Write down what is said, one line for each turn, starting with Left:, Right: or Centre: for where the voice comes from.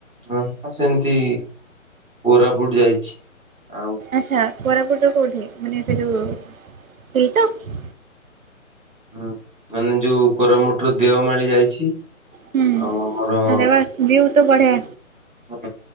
Centre: ହଁ ମୁଁ ସେମିତି କୋରାପୁଟ ଯାଇଛି ଆଉ।
Right: ଆଛା କୋରାପୁଟର କୋଉଠି ମାନେ ସେ ଯୋଉ ହିଲ୍ ଟପ।
Centre: ହୁଁ ମାନେ ଯୋଉ କରୋମୁଟର ଦେହ ମାଳି ଯାଇଛି। ଛି
Right: ହୁଁ
Centre: ଆଉ ଆମର
Right: ଆରେ ବାସ୍ ଭିଉ ତ ବଢିଆ
Centre: ହଁ